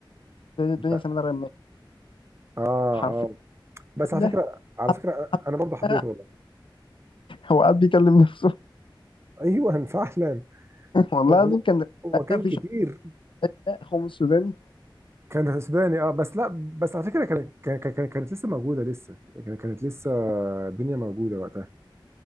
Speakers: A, on the left; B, on the right.
A: الدنيا
B: لا.
A: سمير غانم
B: اه اه
A: حرفيا
B: بس
A: كاملة
B: على فكرة على فكرة
A: حلقة
B: انا برضه حبيته والله
A: هو قاعد بيكلم نفسه
B: <laughs> ايوه فعلا
A: <laughs> والله
B: هو
A: العظيم كان
B: هو كان
A: أنا في
B: كتير
A: شخصية خوم السوداني
B: كان سوداني اه بس لا بس على فكرة كانت كان- كان- كانت لسه موجودة لسه كان- كانت لسه الدنيا موجودة وقتها